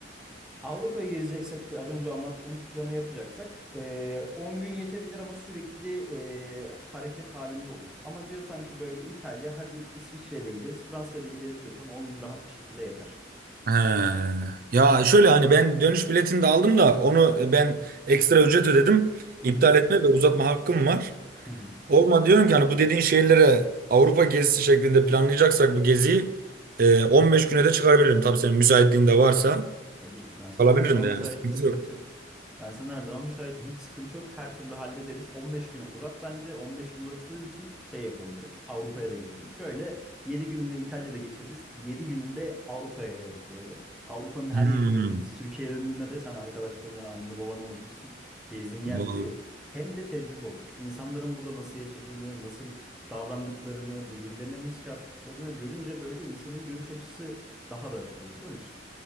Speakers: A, in the centre; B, on the right (about 50°).
A: Avrupa'yı gezeceksek az önce anlattığımız planı yapacaksak eee, 10 gün yetebilir ama sürekli eee, hareket halinde oluruz. Ama diyor sanki böyle İtalya hadi İsviçre'ye de gideriz Fransa'ya da gideriz diyorsan 10 gün rahat bir şekilde yeter.
B: He. Ya şöyle hani ben dönüş biletini de aldım da onu ben ekstra ücret ödedim.
A: Hı
B: İptal
A: hı.
B: etme ve uzatma hakkım var.
A: Hı hı.
B: Olma diyorum ki hani bu dediğin şehirlere Avrupa gezisi şeklinde planlayacaksak bu geziyi e, 15 güne de çıkarabilirim. Tabii senin müsaitliğin de varsa
A: Tabii ki. Ben sana
B: kalabilirim
A: her zaman
B: de
A: müsaitim.
B: yani sıkıntı
A: Sıkıntı
B: yok.
A: yok. Ben sana her zaman müsaitim. Hiç sıkıntı yok. Her türlü hallederiz. 15 güne uzat bence. 15 gün uzattığın için şey yapalım direkt. Avrupa'ya da gidelim. Şöyle 7 gününü İtalya'da geçiririz. yedi gününü de Avrupa'ya yayarız böyle. Avrupa'nın her
B: Hmm.
A: yerini gezeriz. Türkiye'ye döndüğünde de sen arkadaşlarına, anneni, babanı unutursun. Gezdiğin yerleri
B: Vallahi.
A: hem de tecrübe olur. İnsanların burada nasıl yaşadığını, nasıl davrandıklarını, birbirlerine nasıl şey yaptıklarını görünce böyle insanın görüş açısı daha da açılıyor biliyor musun?